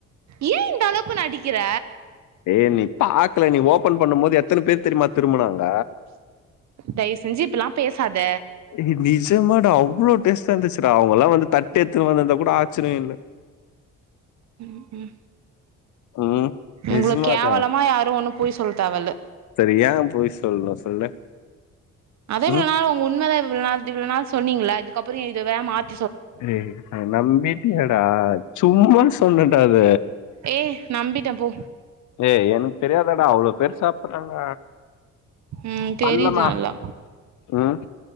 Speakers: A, on the right (about 65°); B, on the left (about 75°).
A: ஏ இந்தளவ்க்கு நடிக்கிற
B: ஏ நீ பாக்கல நீ ஓபன் பண்ணும் போது எத்தன பேர் தெரிமா திருபுனாங்க
A: தைவுசெஞ்சி இப்பல்லா பேசாத
B: ஏ நிஜமாடா அவ்ளோ பேர் சேந்துச்சுடா அவங்கல்லாம் வந்து தட் த்து எத்துனு வந்துந்தா கூட ஆச்சரியோ இல்ல
A: ம் உம்
B: ம் நிஜமாதா
A: இவ்ளோ கேவலமா யாரு ஒண்ணு போய் சொல்ல தேவல்ல
B: சரி எ போய் சொல்ணு சொல்லு
A: அதை இவ்ளோ
B: ம்
A: நாள் உங்க உண்மைலா இவள்னா திவ்ளோனாள் சொன்னீங்ளா இதுக்கபறோ இத வே மாத்
B: ஏ அத நம்பிடியா டா சும்மா சொன்னடா அத
A: ஏ நம்பிட்ட போ
B: ஏ எனக் தெரியாதடா அவ்ளோ பேர் சாப்பறாங்க
A: ம் தெரிது
B: பண்லமா
A: நல்லா
B: ம்